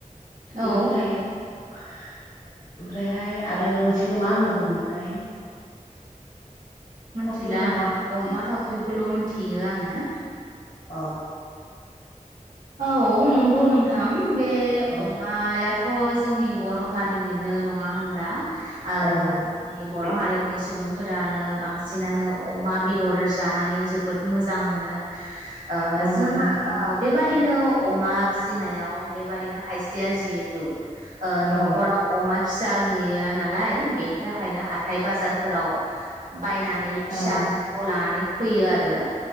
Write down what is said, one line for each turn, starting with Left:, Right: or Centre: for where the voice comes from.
Right: औ
Left: बेफोर थायो ओमफ्रायहाय आरो मोनसेखो मा होनबावगौमोनथाय
Right: मिनथिला
Left: थावख्रि अमा
Right: आङो अमा थावख्रिखौल मिथियो आङो
Left: औ
Right: औ नंगौ नोंथां बे
Left: औ
Right: अमाया थ जोंनि बर हारिनिनो नङा होनब्ला ओ
Left: औ
Right: जोंनि बर
Left: बे
Right: हारिनि सुबुं फोरानो बांसिनानो अमा बेदर जानानै जोबोद मोजां मोनो ओ
Left: औ
Right: जोंहा
Left: नंगौ नोंथां
Right: ओ बेबा दिनो अमा फिसिनायाव बेबारैनो खायसेया जिहेतु ओ नखराव
Left: औ
Right: अमा फिसा गैया नालाय बेनि थाखायनो हाथाय बाजारफोराव बायनानै फिसाफोरखौ
Left: औ
Right: लानानै फैयो आरो